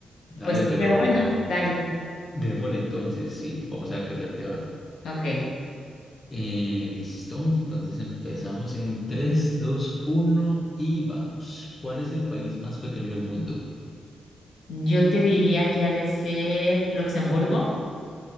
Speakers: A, on the left; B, on the left.
A: Dale,
B: Pues sí,
A: pero...
B: pero bueno, dale.
A: Démosle entonces, sí, vamos a ver qué tal te va.
B: Ok.
A: Eh, listo, entonces empezamos en tres dos uno y vamos. ¿Cuál es el país más pequeño del mundo?
B: Yo te diría que ha de ser Luxemburgo.